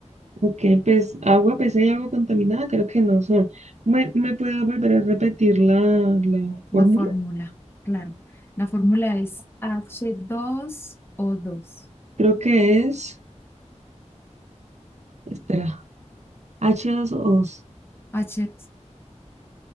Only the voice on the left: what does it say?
La
fórmula, claro. La fórmula es h dos o dos.
h 2